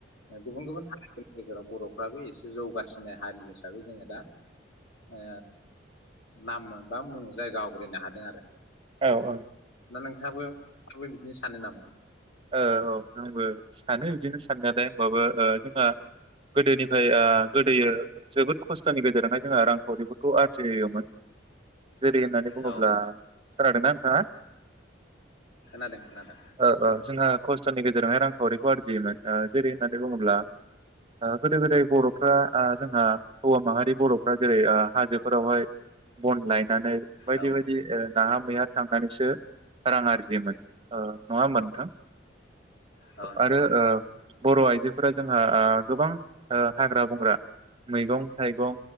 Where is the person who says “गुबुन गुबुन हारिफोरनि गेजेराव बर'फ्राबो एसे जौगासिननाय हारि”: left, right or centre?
Left